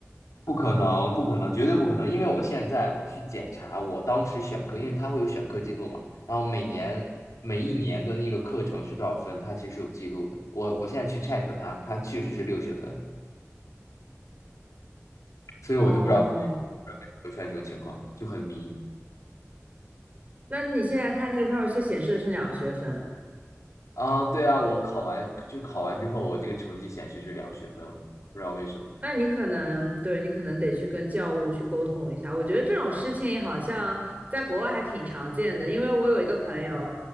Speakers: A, on the left; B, on the right.
A: 不可能，不可能，绝对不可能！因为我现在我去检查我当时选课，因为它会有选课记录嘛，然后每年每一年的那个课程是多少分，它其实有记录的。我我现在去 check 它，它确实是六学分，所以我就不知道
B: 哦，
A: 会出现这种情况，就很迷
B: 那你现在他那个上面却显示的是两个学分，
A: 啊。对啊，我考完就考完之后，我这个成绩显示是两学分，不知道为什么。
B: 那你可能对你可能得去跟教务去沟通一下。我觉得这种事情好像在国外还挺常见的，因为我有一个朋友，